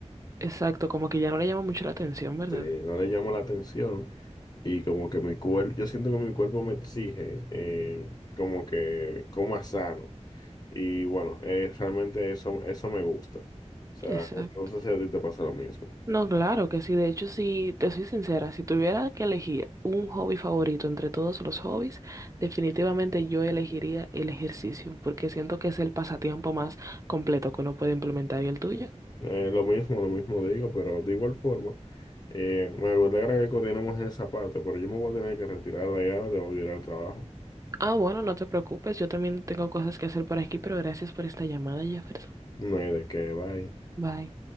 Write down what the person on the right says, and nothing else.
Exacto, como que ya no le llama mucho la atención, ¿verdad?
Exacto.
No, claro que sí. De hecho, si te soy sincera, si tuviera que elegir un hobby favorito entre todos los hobbies, definitivamente yo elegiría el ejercicio, porque siento que es el pasatiempo más completo que uno puede implementar y el tuyo.
Ah, bueno, no te preocupes, yo también tengo cosas que hacer por aquí, pero gracias por esta llamada, Jefferson.
Bye.